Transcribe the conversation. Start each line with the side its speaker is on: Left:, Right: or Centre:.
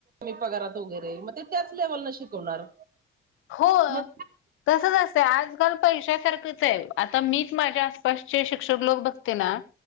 Right: पगारात वगैरे मग त्याच लेवल न शिकवणार...
Left: हो
Right: मग
Left: तसच असतं आजकाल पैशासारखंच आहे आता मीच माझ... आसपासचे शिक्षक लोक बघते ना